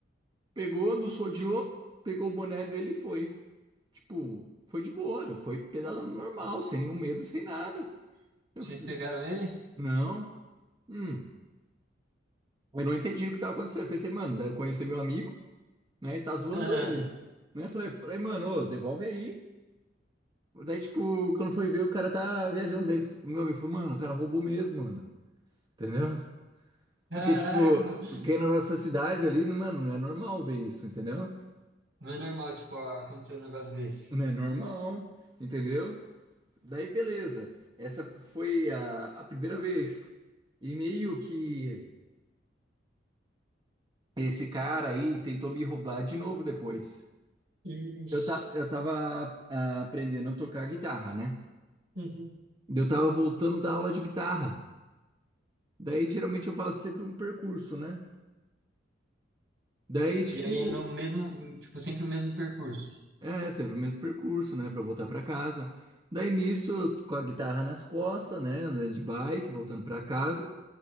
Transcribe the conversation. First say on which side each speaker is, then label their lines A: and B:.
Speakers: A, on the right; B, on the right.
A: Pegou, nos rodeou, pegou o boné dele e foi. Tipo, foi de boa, foi pedalando normal, sem nenhum medo, sem nada. Eu
B: Vocês
A: falei,
B: pegaram ele?
A: não, hum. Eu não entendi o que tava acontecendo. Eu pensei, mano, deve conhecer meu amigo, né? E tá zoando
B: <laughs> Ah,
A: ele, né? Falei, falei, mano, ô, devolve aí. Daí, tipo, quando foi ver, o cara tá viajando dele. Meu amigo falou, mano, o cara roubou mesmo, mano. Entendeu?
B: Caraca,
A: Porque, tipo,
B: mano.
A: quem é na nossa cidade ali, mano, não é normal ver isso, entendeu?
B: não é normal, tipo, acontecer um negócio desse.
A: Não é normal, entendeu? Daí, beleza. Essa foi a, a primeira vez. E meio que esse cara aí tentou me roubar de novo depois.
B: Ixi.
A: Eu, ta, eu tava ah, aprendendo a tocar guitarra, né?
B: Uhum.
A: Eu tava voltando da aula de guitarra. Daí, geralmente, eu faço sempre um percurso, né? Daí, tipo,
B: E aí, no mesmo, tipo, sempre o mesmo percurso.
A: é sempre o mesmo percurso, né? Pra voltar pra casa. Daí, nisso, eu com a guitarra nas costas, né? Andando de bike, voltando pra casa.